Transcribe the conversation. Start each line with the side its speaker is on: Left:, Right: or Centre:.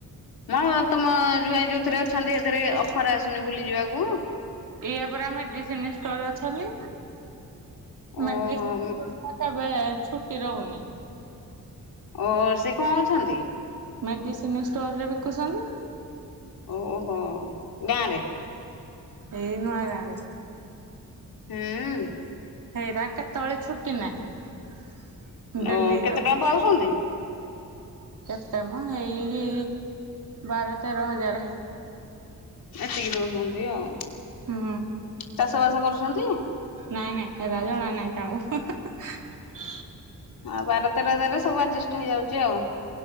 Left: ମଁ ତମ ଜ୍ୱାଇଁ ଯୋଉଥିରେ ଅଛନ୍ତି ସେଥିରେ ଅଫର ଆସୁନି ବୁଲି ଯିବାକୁ?
Right: ଇା ପରା ମେଡିସିନ ଷ୍ଟୋର ଅଛନ୍ତି।
Left: ଓହୋ
Right: ମବେ <unintelligible> ଛୁଟି ରହୁନି।
Left: ଓ ସେ କଣ ଅଛନ୍ତି?
Right: ମେଡିସିନ ଷ୍ଟୋର ରେ ବିକୁଛନ୍ତି।
Left: ଓହୋ ଗାଁରେ?
Right: ଏଇ ନୁଆଗାଁ ରେ।
Left: ହୁଁ।
Right: ହେଇରା କେତେବେଳେ ଛୁଟି ନାହିଁ। ଡେଲି
Left: ଓ କେତେ
Right: ଯାଅ।
Left: ଟାଇମ ପାଉଚନ୍ତି?
Right: କେତେ ମ ଏଇ ବାର ତେର ହଜାର।
Left: ଏତି କିି ଦୋଉଚନ୍ତି ଆଉ।
Right: ହୁଁ
Left: ଚାଷ ବାସ କରୁଛନ୍ତି
Right: ନାଇଁ ନାଇଁ ହେରା ଜଣା ନାଇଁ। ଯାଉ।
Left: ଆଉ ବାର ତେର ହଜାରରେ ସବୁ ଆଡଜଷ୍ଟ ହେଇଯାଉଚି ଆଉ।